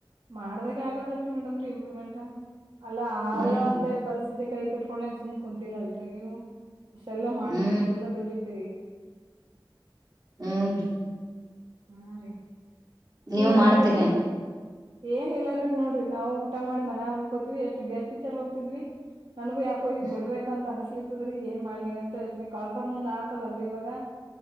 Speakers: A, on the right; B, on the right.
A: ಮಾಡದಾಗ ಆಗದಲ್ರರಿ ಮೇಡಮ್ರರಿ ಇಂಪ್ರೂವ್ಮೆಂಟ್ ಅಲ್ಲ ಆದ
B: ಹ್ಮ್
A: ಅಂತೇಳಿ ಪರಿಸ್ಥಿತಿ ಕೈ ಕಟ್ ಕೋಣನ್ ಸುಮ್ ಕುಂತಿಲ್ಲ ಅಲ್ರಿ ನೀವು ಇಷ್ಟೆಲ್ಲಾ ಮಾಡ್ತೀರಿ
B: ಹ್ಮ್
A: ಇಷ್ಟೆಲ್ಲ ದುಡಿತೀರಿ
B: ಹಂದು
A: ಹಾ ರೀ
B: ನೀವ್
A: ೀಗದಗದ್ರಿ
B: ಮಾಡ್ತೀರೇನ್ರಿ
A: ಏನ್ಲ್ಲಾರೀ ನೋಡ್ರಿ ನಾವವುಊ ಊಟ ಮಾಡ ಮ ಮಲ್ ಕೋತತಿವಿ ಎಷ್ಟು ಗೆಸ್ಟ್ ಟಚರ್ ಹೋಗ್ತಿದ್ವಿ ನನ್ಗು ಯಾಕೋ ಈಗ
B: ಹ್ಮ್
A: ಬಿಡ್ಬೇಕ ಅನ್ಸ ಲದೀ ಏನ್ ಮಾಡ್ಲಿ ಅಂತ ಕಾಲ್ಫರ್ ಮುಂದ್ ಆತವಲ್ರಿ ಇವಾಗ